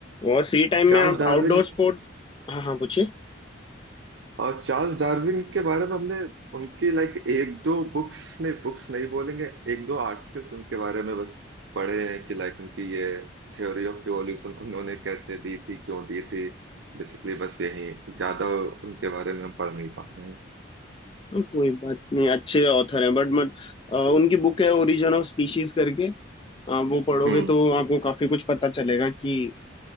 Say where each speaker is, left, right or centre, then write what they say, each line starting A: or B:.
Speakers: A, on the left; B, on the right.
A: और फ्री टाइम
B: चार्ल्स
A: में आप
B: डार्विन
A: आउटडोर स्पोर्ट्स हाँ हाँ पूछिए
B: और चार्ल्स डार्विन के बारे में हमने उनकी लाइक एक दो बुक्स नहीं बुक्स नहीं बोलेंगे एक दो आर्टिकल्स उनके बारे में बस पढ़े हैं कि लाइक उनकी ये थ्योरी ऑफ इवोल्यूशन उन्होंने कैसे दी थी क्यों दी थी बेसिकली बस यही ज्यादा उनके बारे में हम पढ़ नहीं पाए हैं
A: हाँ, कोई बात नहीं अच्छे ऑथर हैं बट मत अ, उनकी बुक है ओरिजिन ऑफ स्पीशीज करके अ, वो पढ़ोगे
B: हम्म
A: तो आपको काफी कुछ पता चलेगा कि